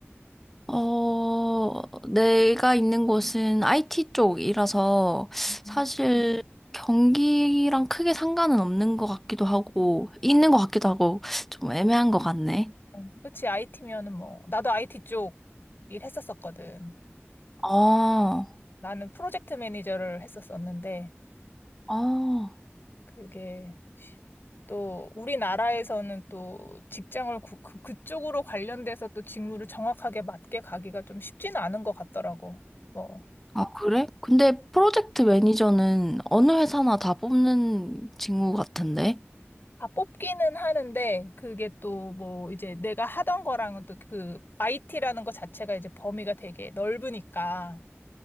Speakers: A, in the centre; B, on the left (about 50°).
A: 어, 내가 있는 곳은 IT 쪽이라서
B: 음.
A: 사실 경기랑 크게 상관은 없는 것 같기도 하고, 있는 것 같기도 하고, 좀 애매한 것 같네.
B: 음, 그치, IT면은 뭐. 나도 IT 쪽 일했었었거든.
A: 아,
B: 나는 프로젝트 매니저를 했었었는데,
A: 아,
B: 이게 또 우리나라에서는 또 직장을 그, 그, 그쪽으로 관련돼서 또 직무를 정확하게 맞게 가기가 좀 쉽지는 않은 것 같더라고. 뭐,
A: 아, 그래? 근데 프로젝트 매니저는 어느 회사나 다 뽑는 직무 같은데?
B: 다 뽑기는 하는데 그게 또 뭐 이제 내가 하던 거랑은 또 그 IT라는 것 자체가 이제 범위가 되게 넓으니까